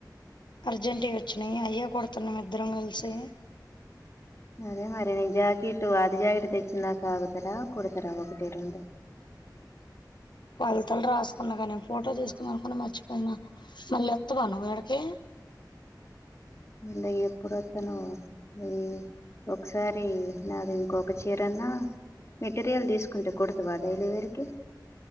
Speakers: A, on the left (about 85°); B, on the left (about 40°).
A: అర్జెంట్ వి వచ్చినాయి. అయ్యే కుడుతున్నాం. ఇద్దరం కలిసి.
B: అదే మరి నేను జాకెట్ ఆది జాకెట్ తెచ్చిందాక ఆగుతారా. కుడుతారా. ఒకటి, రెండు.
A: కొలతలు రాసుకున్నా కానీ ఫోటో తీసుకుందాం అనుకున్న మర్చిపోయినా మళ్ళీ వత్తావ నువ్వు ఈడకి.
B: మళ్ళీ ఏప్పుడు వత్తనో. అది ఒకసారి నాది ఇంకొక చీరన్న మెటీరియల్ తీసుకుంటే కూడతవ. డైలీవేర్కీ